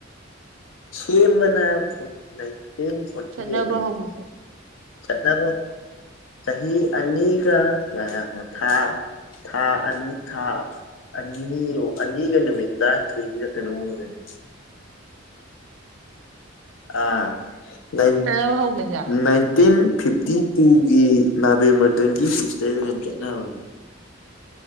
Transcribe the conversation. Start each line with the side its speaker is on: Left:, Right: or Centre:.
Left: ꯁꯦꯝꯕꯅ ꯐꯣꯔꯠ ꯅꯥꯏꯟꯇꯤꯟ ꯐꯣꯔꯇꯤ
Right: ꯆꯠꯅꯕ
Left: ꯑꯩꯠ ꯍꯥꯏꯕ
Right: ꯍꯧꯈꯤꯕꯗꯤ
Left: ꯆꯠꯅꯕ ꯆꯍꯤ ꯑꯅꯤꯒ ꯀꯌꯥ ꯌꯥꯝꯅ ꯊꯥ ꯊꯥ ꯑꯅꯤ ꯊꯥ ꯑꯅꯤꯔꯣ ꯑꯅꯤꯒ ꯅꯨꯃꯤꯠ ꯇꯔꯥꯅꯤꯊꯣꯏꯅꯤꯔ ꯀꯩꯅꯣꯝ ꯑꯣꯏꯕꯅꯦ ꯑꯥ ꯅꯥꯏꯟ
Right: ꯆꯠꯅꯕ ꯍꯧꯒꯁꯦ
Left: ꯅꯥꯏꯟꯇꯤꯟ ꯐꯤꯞꯇꯤ ꯇꯨꯒꯤ ꯅꯥꯕꯦꯝꯕꯔ ꯇ꯭ꯋꯦꯟꯇꯤ ꯁꯤꯛꯁꯇꯩ ꯌꯥꯝ ꯆꯠꯅꯕꯅꯤ